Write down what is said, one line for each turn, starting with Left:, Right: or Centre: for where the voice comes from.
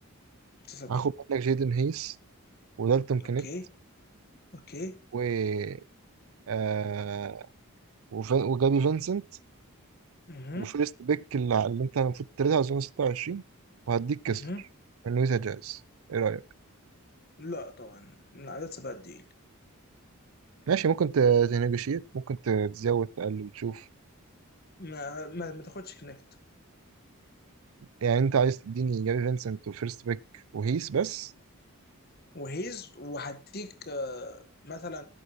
Left: مستقبل
Right: هاخد منك جيدن هيس ودالتون كنيب
Left: اوكي اوكي
Right: و آه وف... وجابي فينسنت
Left: اها
Right: وفيرست بيك اللي اللي انت المفروض تريدها اظن 26 وهديك كسلر
Left: اها
Right: من نويتا جاز ايه رأيك؟
Left: لا طبعا عدد سبعة دي
Right: ماشي ممكن تنيجوشيت ممكن ت- تزود تقلل تشوف
Left: ما, ما, ما تاخدش كنكت
Right: يعني انت عايز تديني جافي فينسنت وفيرست بيك وهيس بس
Left: وهيز وهديك آه، مثلا